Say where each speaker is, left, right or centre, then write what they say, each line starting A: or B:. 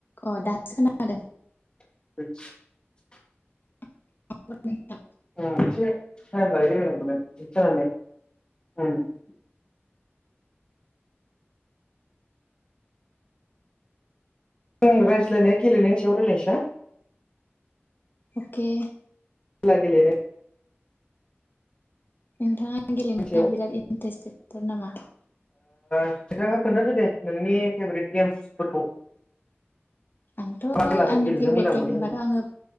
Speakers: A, on the left (about 50°); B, on the left (about 25°).
A: अ दासो खोनादों।
B: <unintelligible>
A: <unintelligible>
B: <unintelligible> जों रायज्लायनाया गेलेनायनि सायाव रायलायनोसै ना
A: अके।
B: <unintelligible> गेलेनाय
A: नोंथाङा गेलेनायाव
B: सायाव ओ
A: बिराद इन्टारेस्टेद थार नामा?
B: खोन्था खोन्थादो दे नोंनि फेभरेट गेम्सफोरखौ
A: आंथ'
B: मा खेलाखौ
A: आंनि
B: गेलेनो
A: फेभरेट
B: मोजां
A: गेम
B: मोनो
A: होनबाथ'
B: होनदों
A: आङो